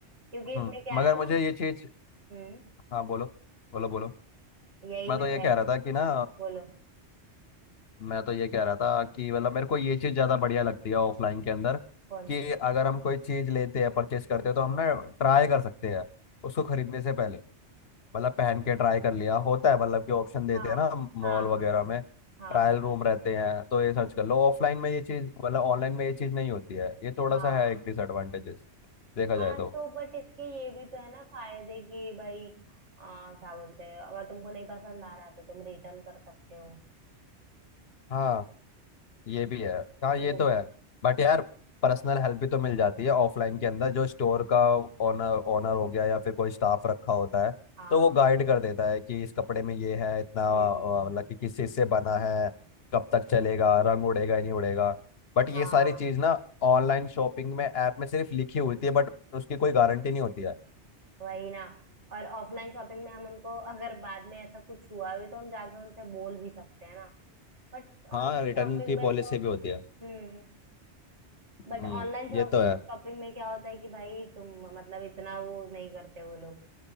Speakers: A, on the right; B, on the left.
A: क्योंकि इसमें
B: हम्म
A: क्या
B: मगर
A: है ना
B: मुझे ये चीज
A: हम्म
B: हाँ बोलो बोलो बोलो
A: यही
B: मैं
A: मैं
B: तो
A: क्या
B: ये कह
A: है
B: रहा था कि ना
A: बोलो
B: मैं तो ये कह रहा था कि मतलब मेरे को ये चीज़ ज़्यादा बढ़िया लगती है ऑफलाइन के अंदर
A: कौन
B: कि
A: सी
B: अगर हम कोई चीज़ लेते हैं परचेस करते हैं तो हम ना ट्राई कर सकते हैं उसको खरीदने से पहले मतलब पहन के ट्राई कर लिया होता है मतलब कि ऑप्शन देते
A: हाँ
B: हैं ना मॉल
A: हाँ
B: वगैरह
A: हाँ
B: में
A: हाँ
B: ट्रायल रूम रहते हैं तो ये सर्च कर लो ऑफलाइन में ये चीज़ मतलब ऑनलाइन में ये चीज़ नहीं होती है ये थोड़ा
A: हाँ
B: सा
A: हाँ
B: है एक डिसएडवांटेजेस देखा
A: हाँ
B: जाए तो
A: तो बट इसके ये भी तो है ना फायदे कि भाई आ, क्या बोलते हैं अगर तुमको नहीं पसंद आ रहा तो तुम रिटर्न कर सकते हो
B: हाँ ये भी है
A: तो
B: हाँ ये
A: वो
B: तो
A: भी
B: है बट यार पर्सनल हेल्प भी तो मिल जाती है ऑफलाइन के अंदर जो स्टोर का ओनर ओनर हो गया या फिर कोई स्टाफ रखा होता है
A: हाँ
B: तो वो गाइड कर देता है कि इस कपड़े में ये है इतना
A: हम्म
B: अ,
A: हम्म हम्म
B: मतलब कि किस चीज़ से बना है कब तक चलेगा रंग उड़ेगा या नहीं उड़ेगा बट
A: हाँ
B: ये सारी चीज़ ना ऑनलाइन शॉपिंग में ऐप में सिर्फ लिखी होती है बट उसकी कोई गारंटी नहीं होती है
A: वही ना और ऑफलाइन शॉपिंग में हम उनको अगर बाद में ऐसा कुछ हुआ भी तो हम जाके उनसे बोल भी सकते हैं ना बट
B: हाँ
A: ऑनलाइन
B: रिटर्न
A: शॉपिंग
B: की
A: में
B: पॉलिसी
A: तो
B: भी होती है
A: हम्म बट
B: हम्म
A: ऑनलाइन शॉपिंग
B: ये तो है
A: में क्या होता है कि भाई तुम मतलब इतना वो नहीं करते वो लोग